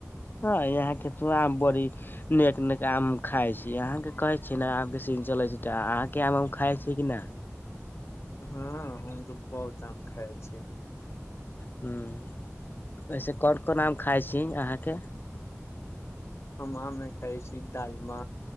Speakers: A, on the left; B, on the left.
A: ہاں یہاں کہت آمبور نیک نیک آم کائے چ ااں کے کہے چے نا آم کے سیزن چلے آ کے آمم کائے چ کہ نا
B: ہاں ہم تو بہت آم کائے اچ
A: ہوں ایسے کون کون آم کھائےسی آاں کے
B: ہم آ میں کائےچ دال م